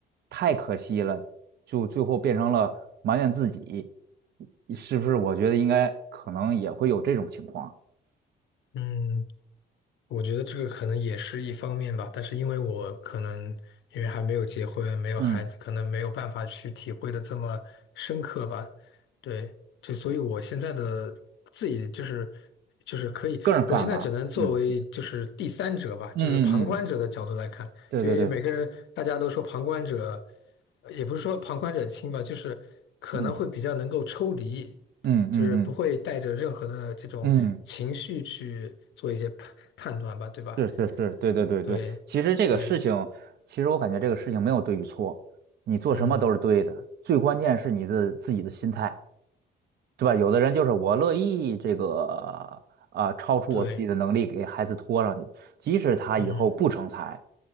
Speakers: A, on the right; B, on the left.
A: 太可惜了，就最后变成了埋怨自己，是不是？我觉得应该可能也会有这种情况。
B: 嗯嗯。我觉得这个可能也是一方面吧，但是因为我可能因为还没有结婚，没有孩子，
A: 嗯，
B: 可能没有办法去体会的这么深刻吧。对，就所以我现在的自己就是就是可以，
A: 个人看法。
B: 我现在只能作为就是第三者吧，
A: 嗯嗯嗯嗯，
B: 就是旁观者的角度来看，
A: 对对对，
B: 就因为每个人大家都说旁观者，呃也不是说旁观者清吧，就是可能会比较能够抽离。
A: 嗯嗯嗯嗯
B: 就是不会带着任何的这种情绪去做一些判判断吧，
A: 嗯。
B: 对吧？
A: 是是是，对对对对，
B: 对，
A: 其实这个事情，
B: 对，
A: 其实我感觉这个事情没有对与错，你做什么都是对的，
B: 嗯，
A: 最关键是你的自己的心态，对吧？有的人就是我乐意这个啊、超出我自己的能力给孩子拖上去，
B: 对，
A: 即使他以后不成才，
B: 嗯，